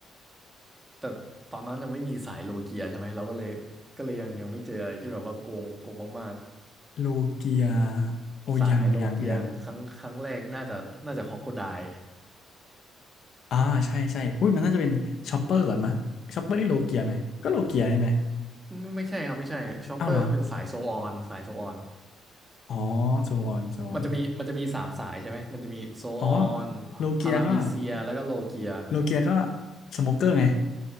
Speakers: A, on the right (about 15°); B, on the left (about 65°).
A: แต่ตอนนั้นยังไม่มีสายโลเกียใช่ไหมเราก็เลยก็เลยยังยังไม่เจออะไรที่แบบว่าโกงโกงมาก
B: โลเกีย
A: ๆสายโลเกียครั้งครั้งแรกน่าจะน่าจะครอกโคไดล์
B: โอยังยังยัง อ่าใช่ใช่อุ้ยมันน่าจะเป็นชอปเปอร์ก่อนมะชอปเปอร์นี่โลเกียไหมก็โลเกียใช่ไหม
A: ไม่ไม่ใช่ครับไม่ใช่ชอปเปอร์เป็นสายโซออนสายโซออน
B: อ้าวเหรออ๋อโซนโซน
A: มันจะมีมันจะมีสามสายใช่ไหมมันจะมีโซออน
B: อ๋อโลเกียก็
A: พารามีเซียแล้วก็โลเกีย
B: โลเกียก็สโมกเกอร์ไง